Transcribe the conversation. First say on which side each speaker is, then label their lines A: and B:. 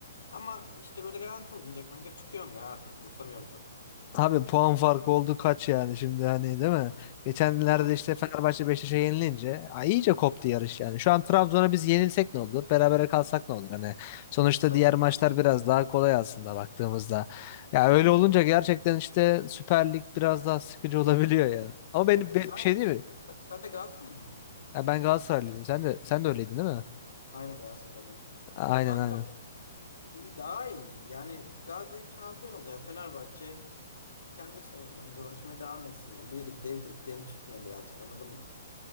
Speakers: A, on the left; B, on the left.
A: Ama işte böyle garanti olunca kanka çıkıyorum ya artık umursamıyorum çok.
B: Abi puan farkı oldu kaç yani şimdi hani değil mi? Geçenlerde
A: Yani
B: işte Fenerbahçe Beşiktaş'a yenilince ay iyice koptu yarış yani. Şu an Trabzon'a biz yenilsek ne olur? Berabere kalsak ne olur? Hani sonuçta
A: tabii.
B: diğer maçlar biraz daha kolay aslında baktığımızda. Ya öyle olunca gerçekten işte Süper Lig biraz daha sıkıcı olabiliyor ya. Ama benim
A: Evet, evet.
B: bir
A: Sen,
B: şey değil mi?
A: sen, sen de Galatasaraylı mıydın?
B: Ya ben Galatasaraylıydım. Sen de sen de öyleydin değil mi?
A: Aynen Galatasaraylıyım.
B: Aynen
A: Ya kanka
B: aynen.
A: iyi, daha iyi. Yani Galatasaray hep şampiyon oluyor. Fenerbahçe kendi sorunlarıyla uğraşmaya devam etsin ya. Birlikte birliklerini tutmuyor birazcık anladın mı?